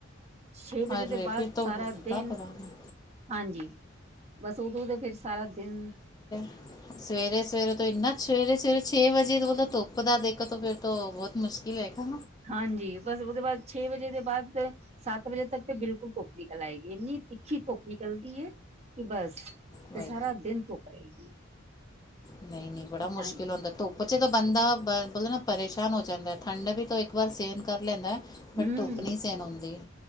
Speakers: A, on the right; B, on the left.
A: ਛੇ ਵਜੇ
B: ਅਰੇ
A: ਤੋਂ ਬਾਅਦ
B: ਫਿਰ ਤਾਂ
A: ਸਾਰਾ
B: ਬੁਰਾ
A: ਦਿਨ,
B: ਕਰਾਂਗੇ
A: ਹਾਂਜੀ। ਬਸ ਉਦੋਂ ਤੋ ਫੇਰ ਸਾਰਾ ਦਿਨ।
B: <inaudible> ਸਵੇਰੇ-ਸਵੇਰੇ ਤੋਂ ਇੰਨਾ ਸਵੇਰੇ-ਸਵੇਰੇ ਛੇ ਵਜੇ ਤੋਂ ਧੁੱਪ ਦਾ ਦੇਖੋ ਤੋਂ ਫੇਰ ਤੋਂ ਬਹੁਤ ਮੁਸ਼ਕਿਲ ਹੈਗਾ।
A: ਹਾਂਜੀ, ਬਸ ਉਹਦੇ ਬਾਅਦ ਛੇ ਵਜੇ ਦੇ ਬਾਅਦ ਸੱਤ ਵਜੇ ਤੱਕ ਤੇ ਬਿਲਕੁਲ ਧੁੱਪ ਨਿਕਲ ਆਏਗੀ ਇੰਨੀ। ਤਿੱਖੀ ਧੁੱਪ ਨਿਕਲਦੀ ਹੈ। ਕਿ ਬਸ ਫੇਰ
B: ਬਾਈ
A: ਸਾਰਾ ਦਿਨ ਧੁੱਪ ਰਹੇਗੀ।
B: ਨਹੀਂ ਨਹੀਂ ਬੜਾ
A: ਤਾਂ
B: ਮੁਸ਼ਕਿਲ ਹੁੰਦਾ ਧੁੱਪ ਚ ਤਾਂ ਬੰਦਾ ਬ ਮਤਲਬ ਨਾ ਪਰੇਸ਼ਾਨ ਹੋ ਜਾਂਦਾ ਹੈ। ਠੰਡ ਵੀ ਤੋ ਇੱਕ ਵਾਰ ਸੇਨ ਕਰ ਲੈਂਦਾ ਨਾ ਬਟ
A: ਹਮ
B: ਧੁੱਪ ਨਹੀਂ ਸੇਨ ਹੁੰਦੀ।